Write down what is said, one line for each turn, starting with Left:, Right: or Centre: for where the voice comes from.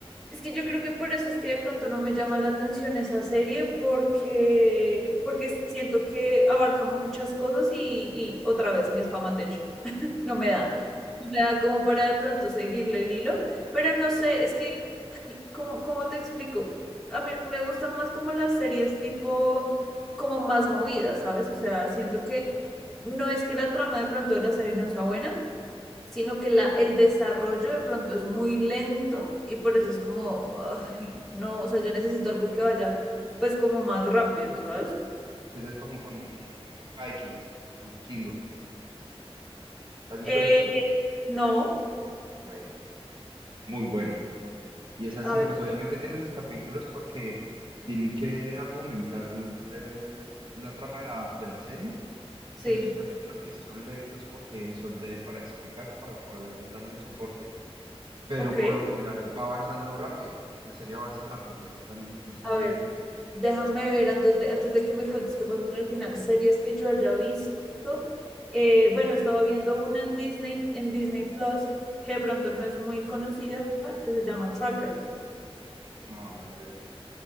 Centre: Es que yo creo que por eso es que de pronto no me llama la atención esa serie, porque, porque siento que abarca muchas cosas y, y otra vez mi spam attention. No me
Right: Ah,
Centre: da. No me da como para de pronto seguirle el hilo, pero no sé, es que, ay, ¿cómo, cómo te explico? A mí me gustan más como las series tipo, como más movidas, ¿sabes? O sea, siento que no es que la trama de pronto de la serie no sea buena sino que la, el desarrollo de pronto es muy lento y por eso es como, ay, no, o sea, yo necesito algo que vaya pues como más rápido, ¿sabes?
Right: es como con un Vikings, con vikingos. ¿Has visto
Centre: Eh,
Right: vikingos?
Centre: no,
Right: Bueno, muy bueno. Y es así,
Centre: a ver,
Right: pues obviamente tiene sus capítulos porque tiene que argumentar eh, la trama de la, de la serie. Pues
Centre: sí,
Right: tiene sus capítulos que sí son lentos porque son de para explicar, para poder darle el soporte, pero
Centre: ok,
Right: por lo general va avanzando rápido. La serie avanza rápido, no es tan, no es
Centre: a
Right: tan
Centre: ver,
Right: lenta.
Centre: déjame ver antes de, antes de que me cuentes qué pasó con el final, series que yo haya visto, eh, bueno, estaba viendo una en Disney, en Disney Plus, que de pronto no es muy conocida, que se llama Tracker.
Right: No, no la he visto.